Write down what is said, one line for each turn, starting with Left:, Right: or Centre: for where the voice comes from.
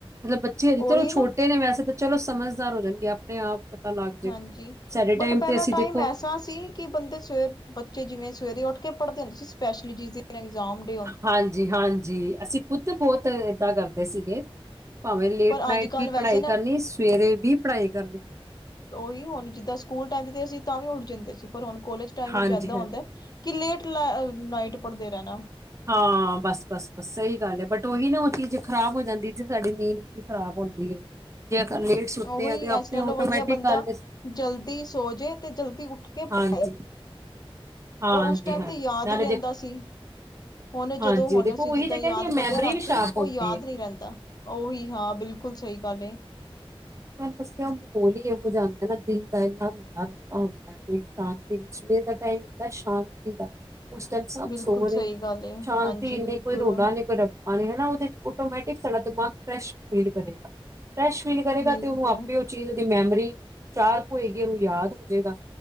Right: ਮਤਲਬ ਬੱਚੇ ਹੈ ਜੇ
Left: ਉਹੀ
Right: ਚਲੋ ਛੋਟੇ
Left: ਨਾ
Right: ਨੇ ਵੈਸੇ ਤਾਂ ਚਲੋ ਸਮਝਦਾਰ ਹੋ ਜਾਂਣਗੇ ਆਪਣੇ ਆਪ, ਪਤਾ ਲੱਗ ਜਾਏਗਾ
Left: ਹਾਂਜੀ।
Right: ਸਾਡੇ
Left: ਬਟ
Right: ਟਾਈਮ
Left: ਪੈਹਲਾ
Right: ਤੇ ਅਸੀਂ
Left: ਟਾਈਮ
Right: ਦੇਖੋ
Left: ਐ ਏਦਾ ਸੀ ਕਿ ਬੰਦੇ ਸਵੇ, ਬੱਚੇ ਜਿਵੇਂ ਸਵੇਰੇ ਉੱਠ ਕੇ ਪੜ੍ਹਦੇ ਹੁੰਦੇ ਸੀ ਸਪੈਸ਼ਲੀ ਜਿਸ ਦਿ ਐਗਜ਼ਾਮ ਡੇ
Right: ਹਾਂਜੀ -ਹਾਂਜੀ ਅਸੀਂ ਖੁੱਦ ਬੋਤ ਏਦਾਂ ਕਰਦੇ ਸੀਗੇ, ਭਾਵੇਂ ਲੇਟ
Left: ਪਰ
Right: ਨਾਈਟ
Left: ਅੱਜ ਕੱਲ੍ਹ
Right: ਵੀ
Left: ਵੈਸੇ
Right: ਪੜ੍ਹਾਈ
Left: ਨਾ
Right: ਕਰਨੀ, ਸਵੇਰੇ ਵੀ ਪੜ੍ਹਾਈ ਕਰਨੀ,
Left: ਓਹੀ ਹੁਣ ਜਿੱਦਾਂ ਸਕੂਲ ਟਾਈਮ ਤੇ ਅਸੀਂ ਤਾਂ ਵੀ ਉੱਠ ਜਾਂਦੇ ਸੀ, ਪਰ ਹੁਣ ਕੋਲੇਜ ਟਾਈਮ ਵਿੱਚ
Right: ਹਾਂਜੀ
Left: ਏਦਾਂ
Right: ਹਾਂਜੀ
Left: ਹੁੰਦਾ ਕਿ ਲੇਟ ਲਾਏ ਨਾਈਟ ਪੜ੍ਹਦੇ ਰੈਣਾ।
Right: ਹਾਂ ਬਸ -ਬਸ, ਬਸ ਸਹੀ ਗੱਲ ਏ, ਬਟ ਓਹੀ ਨਾ ਓਹ ਚੀਜ਼ ਖਰਾਬ ਹੋ ਜਾਂਦੀ, ਜੀ ਸਾਡੀ ਨੀਂਦ ਨਈ ਖਰਾਬ ਹੁੰਦੀ। ਜੇ ਅਗਰ ਲੇਟ ਸੁੱਤੇ
Left: ਉਹੀ
Right: ਆ, ਤੇ ਆਪੇ
Left: ਇਸ ਨਾਲੋਂ
Right: ਆਟੋਮੈਟਿਕ
Left: ਵਧੀਆ ਬੰਦਾ
Right: ਗੱਲ ਏ,
Left: ਜਲਦੀ ਸੋ ਜੇ ਤੇ ਜਲਦੀ ਉੱਠ ਕੇ ਪਏ
Right: ਹਾਂਜੀ। ਹਾਂਜੀ
Left: ਔਰ ਉਸ ਟਾਈਮ
Right: ਹਾਂਜੀ
Left: ਤੇ ਯਾਦ
Right: ਨਾਲੇ
Left: ਵੀ ਰੈਂਦਾ
Right: ਦੇ
Left: ਸੀ। ਹੁਣ
Right: ਹਾਂਜੀ
Left: ਜਦੋਂ ਹੁਣ
Right: ਦੇਖੋ
Left: ਅਸੀਂ
Right: ਉਹੀ
Left: ਜਿੱਦਾਂ
Right: ਤਾਂ
Left: ਯਾਦ
Right: ਕਹਿੰਦੀ ਮੈਮਰੀ
Left: ਕਰਦੇ ਆ ਰਾਤੀ,
Right: ਵੀ ਸ਼ਾਰਪ
Left: ਉਹ
Right: ਹੁੰਦੀ
Left: ਯਾਦ ਨਈ ਰੈਂਦਾ। ਓਹੀ ਹਾਂ ਬਿਲਕੁਲ ਸਈ ਗੱਲ ਏ,
Right: ਮੈ ਦੱਸਿਆ ਮਾਹੌਲ ਹੀ ਇਹੋ ਜਾਂਦਾ, ਨਾ ਦਿਲ ਦਾ ਇੰਨਾ ਰੋਣਾ ਹੁੰਦਾ। ਕੋਈ ਸ਼ਾਂਤੀ ਸਵੇਰ ਦਾ ਟਾਈਮ ਹੁੰਦਾ ਸ਼ਾਂਤੀ ਦਾ। ਉਸ ਟਾਈਮ ਸਭ
Left: ਬਿਲਕੁਲ
Right: ਸੋ ਰਹੇ
Left: ਸਹੀ
Right: ਨੇ
Left: ਗੱਲ ਏ
Right: ਸ਼ਾਂਤੀ
Left: ਹਾਂਜੀ
Right: ਇੰਨੀ
Left: ਬਿਲਕੁਲ
Right: ਕੋਈ ਰੋਲਾ ਨਹੀਂ ਘਰ, ਨਾਲੇ ਹਨਾ, ਓਹਦੇ ਆਟੋਮੈਟਿਕ ਸਾਡਾ ਦਿਮਾਗ ਫਰੈਸ਼ ਫੀਲ ਕਰੇਗਾ। ਫਰੈਸ਼ ਫੀਲ ਕਰੇਗਾ
Left: ਬਿਲਕੁਲ
Right: ਤੇ ਓਹ ਆਪੇ ਚੀਜ਼ ਓਹਦੀ ਮੈਮਰੀ ਸ਼ਾਰਪ ਹੋਏਗੀ, ਉਹਨੂੰ ਯਾਦ ਹੋ ਜਾਏਗਾ।